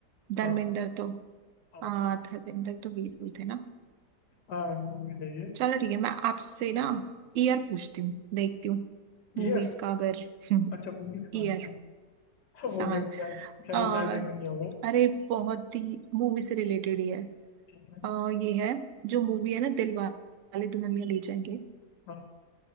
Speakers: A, on the right (about 65°); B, on the left (about 80°).
A: धर्मेंद्र
B: हाँ
A: तो
B: हाँ
A: हाँ धर्मेंद्र तो वीरू थे ना
B: हाँ मूवी सही है
A: चलो ठीक है मैं आपसे ना ईयर पूछती हूँ देखती हूँ मूवीज
B: ईयर
A: का अगर <laughs>
B: अच्छा मूवीज का
A: ईयर
B: अच्छा <laughs>
A: साल
B: वो मैं क्या शायद
A: आ,
B: शायद मैं कोई नहीं होगा
A: अरे बहुत ही मूवी से रिलेटेड ही है
B: ठीक है
A: आ, ये है जो मूवी है ना दिल वाले दुल्हनिया ले जाएंगे
B: हाँ